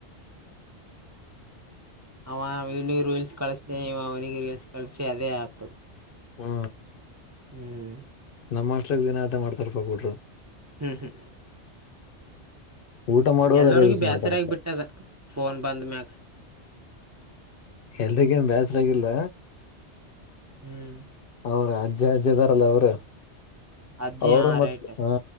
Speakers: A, on the right; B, on the left.
A: ಅವ ಇವನಿಗೆ ರೀಲ್ಸ್ ಕಳಿಸ್ದೆ ಇ ಅವನಿಗೆ ರೀಲ್ಸ್ ಕಳಿಸಿ ಅದೇ ಆಗ್ತಳು
B: ಹ್ಮ
A: ಹ್ಮ್
B: ನಮ್ಮ ಅಷ್ಟ್ರಿಗೆ ದಿನನ ಅದ ಮಾಡ್ತಾರರ್ಪ್ಪಗಿಟ್ರು
A: ಹ್ಮ್ ಹ್ಮ್
B: ಊಟ ಮಾಡುವಾಗ
A: ಎಲ್ಲರಿಗ
B: ಅದೇ ಯೂಸ್
A: ಬೇಸರ
B: ಮಾಡ್ತಾರಪ್ಪ
A: ಆಗ ಬಿಟ್ಟದ ಫೋನ್ ಬಂದ ಮ್ಯಾಗ
B: ಎಲ್ದಗೇಏನ್ ಬೇಸರಾಗಿಲ್ಲ
A: ಹ್ಮ್
B: ಅವ್ರ ಅಜ್ಜೆ ಅಜ್ಜದಾರಲ್ಲ ಅವರು
A: ಅಜ್ಜಿ
B: ಅವರು
A: ಹಾ
B: ಮತ್ತ
A: ರೈಟ್
B: ಹಾ